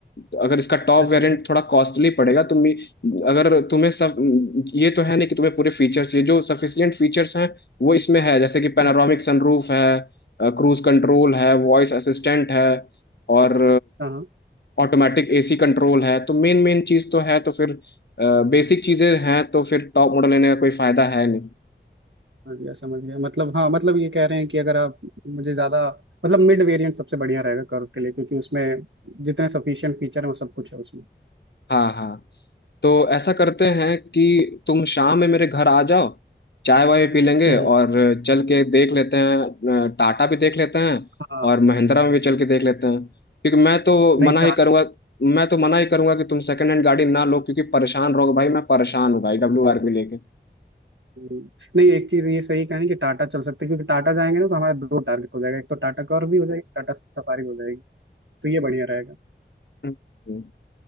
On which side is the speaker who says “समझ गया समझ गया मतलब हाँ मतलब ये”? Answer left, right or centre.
Right